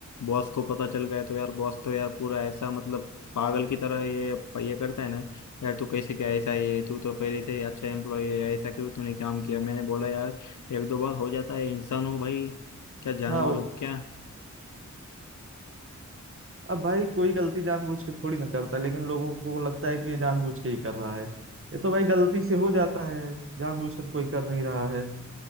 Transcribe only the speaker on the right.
हाँ वो-
अब भाई कोई गलती जानबूझ के थोड़ी ना करता लेकिन लोगों को लगता है कि ये जानबूझ के ही कर रहा है ये तो भाई गलती से हो जाता है जानबूझ के तो कोई कर नहीं रहा है